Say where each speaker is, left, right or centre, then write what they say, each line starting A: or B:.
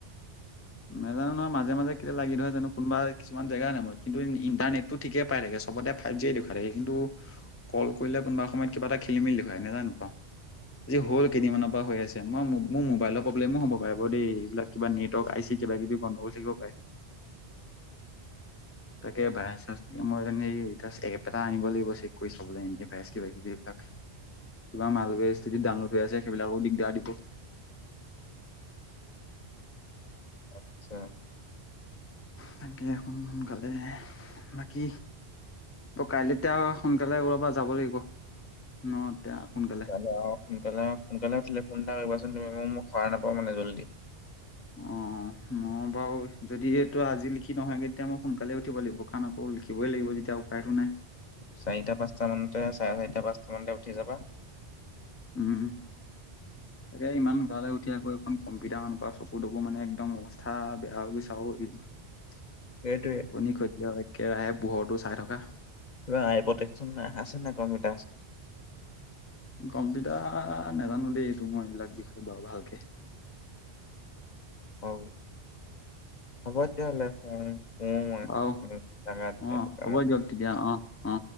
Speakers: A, on the left; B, on the left.
A: নাজানো নহয় মাজে মাজে কেতিয়া লাগি ধৰ জানো কোনোবা মান জেগা নহয় কিন্তু ইণ্টাৰনেট- টো ঠিকে পাই থাকে সবতে ফাইভ জিয়ে দেখা থাকে কিন্তু কল কৰিলে কোনোবা সময়ত কিবা এটা খেলি মেলি দেখুৱাই নোজানো পা আজি হ'ল কেইদিনমানৰ পৰা হৈ আছে। মই মোবাইলৰ প্ৰব্লেমো হব পাৰে বাৰ দেই এইবাক কিবা নেটৱৰ্ক আই চি কিবা কিবি বন্ধ কৰিল থাকিব পাৰে। তাকে ভাইৰাছ চে মই মান এই এপ এটা আনিব লাগিব চেক কৰি চাবলৈ ভাইৰাছ কিবা কিবি এইবিলাক
B: <unintelligible>
A: কিবা মালবী স্থিতিত ডাঙনলোড হৈ আছে সেইবিলাকো দিগদাৰ দিব
B: আচ্ছা
A: তাকে তো সোনকালে বাকী অ কাইলৈতি সোনকালে ওলাৱা পৰা যাব লাগিব ন তে সোনকালে
B: কাইলে সোনকালে সোনকালে উঠিলে ফোন এটা কৰিবাচোন তুমি ম মোক সৰা নাপাওঁ মানে জল্দি
A: অঁ অঁ মই বাৰু যদি এইটো আজি লিখি নহয় কেতিয়া মই সোনকালে উঠিব লাগিব আমাকৈ আকৌ লিখিবই লাগিব যেতিয়া উপায়টো নাই
B: চাৰিটা পাঁচটা মানতে চাৰে চাৰিটা পাঁচটা মানতে উঠি যাবা
A: উম উম তাকে ইমান ঘৰলৈ উঠি আকৌ এখন কম্পিটাৰ মানকুৱা চকু তকু মানে একদম অৱস্থা বেয়া হৈ গৈছে চ
B: সেইটোৱে
A: টোপনি কতি কেৰাহে পোহৰটো চাই থকা
B: কিব আইটেকন আছে না কৰ্মা আ
A: গম্পিতা নাজানো দেই এইটো মই এইবিলাক বিষয়ে বাৰু ভালকে
B: অ হ'ব তেতিয়াহ'লে শুও মই
A: অও
B: উম, জাগা তেতিয়ালৈকে
A: অ হ'ব
B: মই।
A: দিয়ক তেতিয়া অ অ